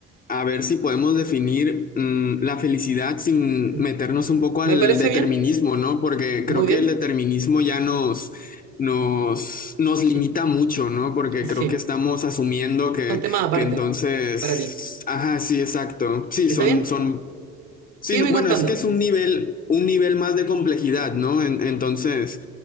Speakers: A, on the left; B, on the right.
A: A ver si podemos definir mm, la felicidad sin
B: Mm.
A: meternos un poco
B: Me
A: al
B: parece
A: determinismo,
B: bien,
A: ¿no? Porque
B: muy
A: creo que
B: bien,
A: el determinismo ya nos, nos, nos
B: sí,
A: limita mucho, ¿no? Porque
B: sí,
A: creo que estamos asumiendo que,
B: son temas aparte
A: que entonces,
B: para ti,
A: ajá, sí, exacto. Sí,
B: ¿está
A: son,
B: bien?
A: son Sí,
B: Sígueme
A: no, bueno,
B: contando.
A: es que es un nivel, un nivel más de complejidad, ¿no? En- entonces,